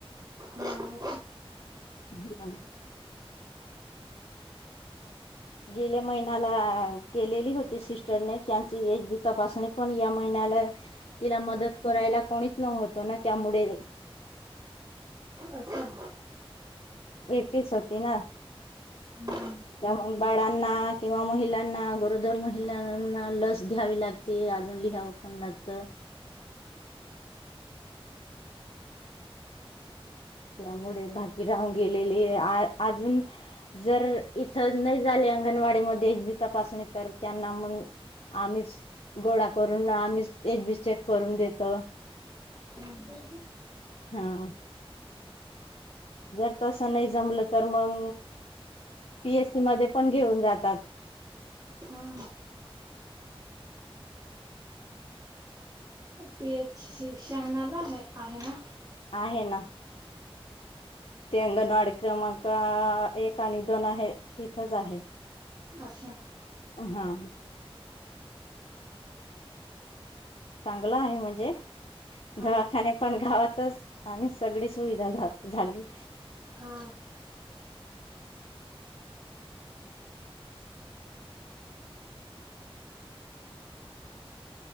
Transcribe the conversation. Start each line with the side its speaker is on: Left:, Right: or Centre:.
Right: हम्
Left: ह आ. गेल्या महिन्याला केलेली होती सिस्टरने त्यांची एज बी तपासणी पण या महिन्याला तिला मदत
Right: हा
Left: करायला कोणीच न होतो ना त्यामुळे
Right: असं
Left: एकटीच होती ना.
Right: हम्म
Left: त्या मग बाळांना किंवा महिलांना गरोदर महिलांना लस घ्यावी लागते अजून लिहावं पण लागत. त्यामुळे बाकी राहून गेलेली अजून जर इथ नाही झाले अंगणवाडी मध्ये एचबी तपासणी तर त्यांना मग आम्हीच गोळा करून आम्हीच एचबी चेक करून देतो.
Right: हम्म
Left: हा जर तस नाही जमलं तर मग पीएससी मध्ये पण घेऊन जातात.
Right: हा पी एच सी शहानाला आहे आहे ना.
Left: आहे ना. ते अंगणवाडी क्रमांक एक आणि दोन आहे तिथंच आहे.
Right: अच्छा!
Left: हा चांगलं आहे म्हणजे
Right: हा
Left: दवाखाने पण गावातच आणि सगळी सुविधा झा झाली.
Right: हा